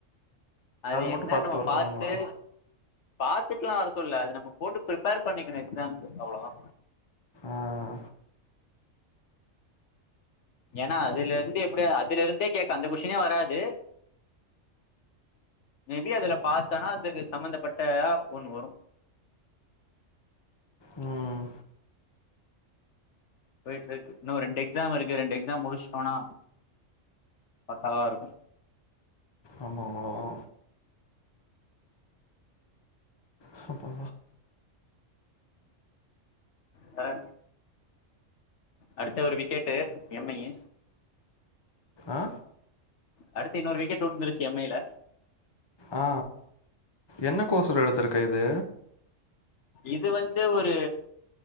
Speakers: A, on the left (about 65°); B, on the left (about 25°).
A: அது என்னனு
B: மட்டு பாத்துட்டு
A: நம்ம
B: வர
A: பாத்து
B: சொன்னாங்களா
A: பாத்துட் ட்டு வர சொல்லல அது நம்ம போட்டு பிரிப்பேர் பண்ணிக்கணு எக்ஸாம்க்கு அவ்ளோதா.
B: ஆஹ
A: ஏன்னா அதுலிருந்து எப்டி அதுல இருந்தே கேக்க அந்த கொஷனே வராது மேபி அதுல பாத்தானா அதுக்கு சம்பந்தப்பட்டதா ஒண்ணு வரு
B: உம்
A: போயிட்டு இருக்கு இன்னு ரெண்டு எக்ஸாம் இருக்கு ரெண்டு எக்ஸாம் முடிச்ட்டோனா பக்காவ இருக்கு.
B: ஆமா அவ்ளோதா. ஹப்பா
A: வே அடுத்த ஒரு விக்கெட்டு எம் ஐயி
B: ஆ
A: அடுத்து இன்னொரு விக்கெட் விழுந்துருச்சு எம் ஐ ல
B: ஆ என்ன கோர்ஸ்டா எடுத்துருக்க இது
A: இது வந்து ஒரு